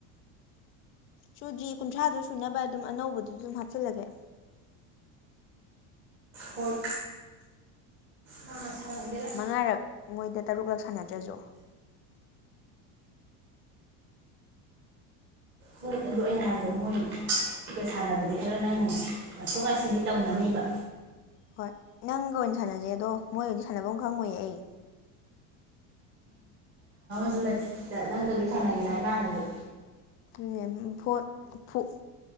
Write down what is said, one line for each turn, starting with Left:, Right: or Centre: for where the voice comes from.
Left: ꯁꯨꯗ꯭ꯔꯤ ꯀꯨꯟꯊ꯭ꯔꯥꯗꯣ ꯁꯨꯅꯕ ꯑꯗꯨꯝ ꯑꯅꯧꯕꯗꯨꯖꯨ ꯑꯗꯨꯝ ꯍꯥꯞꯆꯜꯂꯒꯦ
Right: ꯍꯣꯏ ꯃꯥ ꯁꯥꯟꯅꯒꯦꯔꯥ
Left: ꯃꯉꯥꯔꯛ ꯃꯣꯏꯗ ꯇꯔꯨꯛꯂꯛ ꯁꯥꯟꯅꯗ꯭ꯔꯖꯨ
Right: ꯍꯣꯏ ꯑꯗꯨ ꯑꯩꯅ ꯍꯥꯏꯕꯗꯣ ꯃꯣꯏ ꯁꯤꯒ ꯁꯥꯟꯅꯕꯗꯤ ꯈꯔ ꯅꯪ ꯉꯥꯏꯊꯣꯛ ꯉꯥꯏꯁꯤꯟꯗꯤ ꯇꯧꯅꯅꯤꯕ
Left: ꯍꯣꯏ ꯅꯪꯒ ꯑꯣꯏꯅ ꯁꯥꯟꯅꯖꯦ ꯑꯗꯣ ꯃꯣꯏꯑꯣꯏꯗꯤ ꯁꯥꯟꯅꯕꯝ ꯈꯪꯉꯣꯏꯌꯦ ꯑꯩ
Right: ꯁꯤꯖꯨ ꯂꯩ ꯁꯤꯗ ꯅꯪꯒꯖꯨ ꯁꯥꯟꯅꯒꯦ ꯍꯥꯏ ꯃꯥꯥꯟꯅꯖꯨ
Left: ꯑꯗꯨꯅꯦ ꯎꯝ ꯐꯣꯟ ꯐꯣ